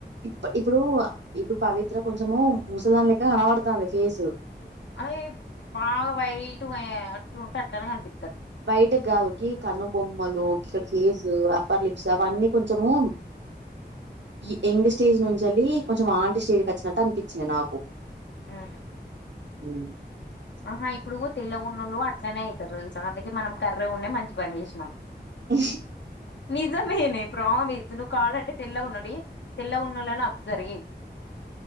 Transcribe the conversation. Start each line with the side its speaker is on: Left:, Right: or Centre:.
Right: ఇప్పు ఇప్పుడు ఇప్పుడు పవిత్ర కొంచము ముసల్దానిలెక్క కనబడుతాంది ఫేసు.
Left: అది బాగా వైటు అయే అట్లుంటే అట్లనే కనిపి
Right: వైటుకి కాదు గి కనుబొమ్మలు గిక్కడ ఫేసు, అప్పర్ లిప్స్ అవన్నీ కొంచము ఈ ఎంగ్స్టేజ్ నుంచెలి కొంచెం ఆంటిస్టేజ్కి వచ్చినట్టు అనిపిచ్చింది నాకు.
Left: ఆ
Right: హ్
Left: ఆహా ఇప్పుడు తెల్లగున్నోళ్ళు అట్లనే అయితరు తెలుసా. అందుకే మనం కర్రెగ ఉండే మంచిపని చేసినం.
Right: అ
Left: నిజమేనే ప్రామీస్ నువ్వు కావలంటే తెల్లగా ఉం డి తెల్లగున్నోలని అబ్జర్వ్ చేయి.